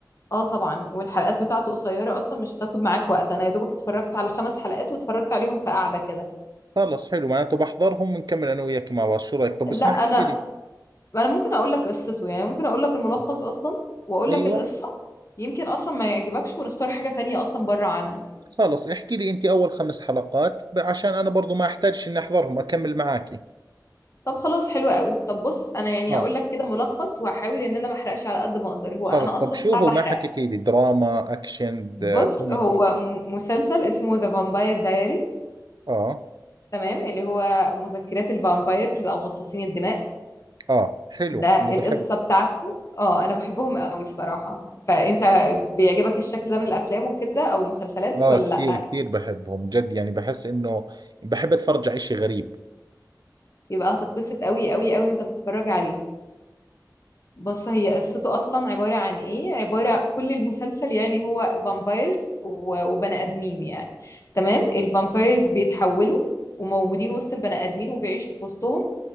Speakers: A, on the left; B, on the right.
A: اه طبعا والحلقات بتاعته قصيره اصلا مش هتاخد معاك وقت انا يا دوبك اتفرجت على خمس حلقات واتفرجت عليهم في قعده كده
B: خلص حلو معناته بحضرهم بنكمل أنا وياك مع بعض شو رأيك؟ طب اسمع
A: لا
B: احكي
A: انا
B: لي
A: انا ممكن اقول لك قصته يعني ممكن اقول لك الملخص اصلا واقول
B: أيوة
A: لك القصه يمكن اصلا ما يعجبكش ونختار حاجه تانية اصلا بره عنه
B: خلص احكي لي أنت أول خمس حلقات ب- عشان أنا برضو ما أحتاجش إني أحضرهم أكمل معاكي
A: طب خلاص حلو قوي طب بص انا يعني
B: آه
A: هقول لك كده ملخص وهحاول ان انا ما احرقش على قد ما اقدر هو
B: خلص
A: انا
B: طب
A: اصلا
B: شو
A: صعب
B: هو
A: احرق
B: ما حكيتي لي دراما أكشن
A: بص
B: د- كوميدي
A: هو م- مسلسل اسمه ذا فامباير دايريز
B: آه
A: تمام اللي هو مذكرات الفامبايرز او مصاصين الدماء
B: اه حلو
A: ده
B: انا بحب
A: القصه بتاعته اه انا بحبهم قوي الصراحه فانت بيعجبك الشكل ده من الافلام وكده او المسلسلات
B: اه
A: ولا
B: كثير
A: لا
B: كثير بحبهم جد يعني بحس انه بحب اتفرج على اشي غريب
A: يبقى هتتبسط قوي قوي قوي وانت بتتفرج عليه بص هي قصته اصلا عباره عن ايه عباره كل المسلسل يعني هو فامبايرز وبني ادمين يعني تمام الفامبايرز بيتحولوا وموجودين وسط البني ادمين وبيعيشوا في وسطهم